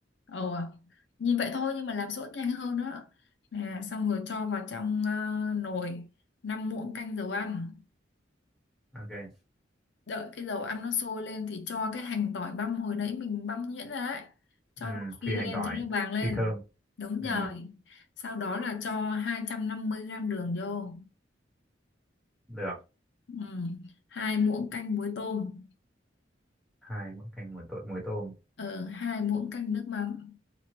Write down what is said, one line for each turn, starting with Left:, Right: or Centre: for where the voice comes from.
Left: Ồ, à, nhìn vậy thôi nhưng mà làm sốt nhanh hơn đó. Nè, xong rồi cho vào trong ờ, nồi 5 muỗng canh dầu ăn.
Centre: Ok.
Left: Đợi cái dầu ăn nó sôi lên thì cho cái hành tỏi băm hồi nãy mình băm nhuyễn ra ấy. Cho
Centre: Ừ,
Left: nó phi
Centre: phi
Left: lên
Centre: hành tỏi,
Left: cho nó vàng lên.
Centre: phi thơm.
Left: Đúng rồi.
Centre: Ừ,
Left: Sau đó là cho 250 gram đường vô.
Centre: được.
Left: Ừ. 2 muỗng canh muối tôm.
Centre: Hai muỗng canh muối tôm, muối tôm.
Left: Ừ, 2 muỗng canh nước mắm.